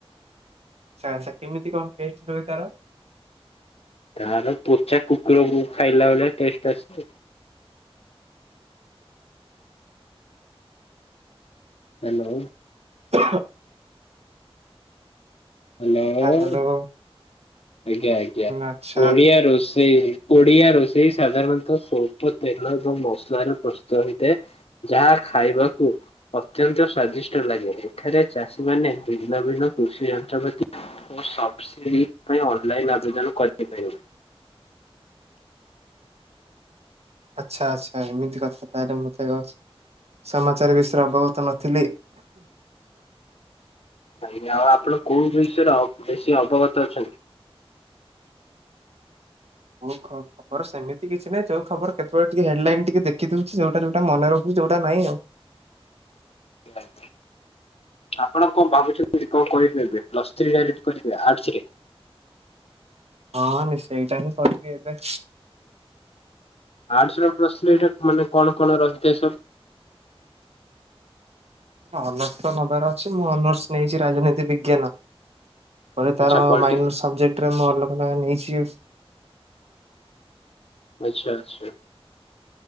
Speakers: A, on the right; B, on the left.
A: ଆ ଆଛା କେମିତି କଣ ଟେଷ୍ଟ ରହିବ ତାର
B: ତାର ପୋଚା କୁକୁରକୁ ଖାଇଲା ବଳିଆ ଟେଷ୍ଟ ଆସଛି ହ୍ୟାଲୋ
A: ହ
B: ହ୍ୟାଲୋ
A: ଆ, ହୁଁ
B: ଆଜ୍ଞା ଆଜ୍ଞା
A: ଆଚ୍ଛା
B: ପଡିଆ ରୋଷେଇ କଡିଆ ରୋଷେଇ ସାଧାରଣତଃ ସଵଳ୍ପ ତେଲ ଏବଂ ମସଲାରେ ପ୍ରସ୍ତୁତ ହେଇଥାଏ ଯାହା ଖାଇବାକୁ ଅତ୍ୟନ୍ତ ସ୍ଵାଦିଷ୍ଟ ଲାଗେ ଏଠାରେ ଚାଷୀ ମାନେ ଭିନ୍ନ ଭିନ୍ନ କୃଷି ଯନ୍ତ୍ରପାତି ସବସିଡି ଅନଲାଇନ ଆବେଦନ କରିବାପାରିବ
A: ଆଚ୍ଛା ଆଚ୍ଛା ଏମିତି କଥା ତାହେଲେ ମୁଁତ ଅଛି ସମାଚାର ବିଷୟରେ ଅବଗତ ନଥିଲି
B: ାଇାଇା ଆଉ ଆପଣ କୋଉ ବିଷୟରେ ଅ ବେଶୀ ଅବଗତ ଅଛନ୍ତି <unintelligible>
A: ଓ <unintelligible> ମୋର ସେମିତି କିଛି ନାହିଁଚଉଁଥବର କେତେବେଳେ ଟିକେ ହେଡ଼ଲାଇନ ଟିକ ଦେଖିଦଉଚି ଯେଉଟା ଯଉଟା ମନେରଖୁଛି ଯେଉଁଟାନାହିଁ ଆଉ
B: ଆଜା ଆପଣ କଣ ଭାବୁଛନ୍ତିଠି କଣ କହିପାରିବେ ପ୍ଲସ୍ ତ୍ରୀ ଡାଇଟ କରିିବେ ଆଡରେ
A: ହଁ ନି ସେଇଟା ହିଁ କରିବି ଏବେ
B: ଆର୍ଟସ ର ପ୍ରଶ୍ନ ଏଇଟା ମାନେ କଣ କଣ ରହିଥାଏ ସବୁ
A: ଅନର୍ସ ତ ନବାର ଅଛି ମୁଁ ଅନର୍ସ ନେଇଛି ରାଜନୀତି ବିଜ୍ଞାନ ପରେ ତାର
B: ଆଚ୍ଛା ପଲଟି
A: ମାଇନର ସବଜେକ୍ଟରେ ମୁଁ ଅଲଗା ନେଇଛି
B: ଆଚ୍ଛା ଆଚଛା